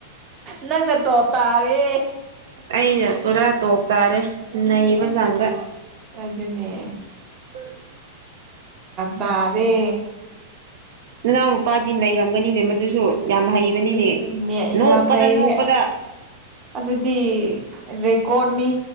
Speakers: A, on the right; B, on the right.
A: ꯅꯪꯅ ꯇꯣꯞ ꯇꯥꯔꯦ
B: ꯑꯩꯅ ꯄꯨꯔꯥ ꯇꯣꯞ ꯇꯥꯔꯦ ꯅꯩꯕ ꯆꯥꯡꯗ
A: ꯑꯗꯨ ꯑꯗꯨꯅꯦ
B: ꯎꯝ
A: ꯗ ꯑꯗꯦ
B: ꯅꯅꯥꯎꯅ ꯅꯨꯄꯥꯗꯤ ꯅꯩꯔꯝꯒꯅꯤꯅꯦ ꯃꯗꯨꯁꯨ ꯌꯥꯝ ꯍꯩꯕꯅꯤꯅꯦ
A: ꯑꯗꯨꯅꯦ
B: ꯅꯣꯛꯄꯗ
A: ꯌꯥꯝ ꯅꯩꯔꯦ
B: ꯅꯣꯛꯄꯗ
A: ꯑꯗꯨꯗꯤ ꯔꯦꯀꯣꯔꯠꯅꯤ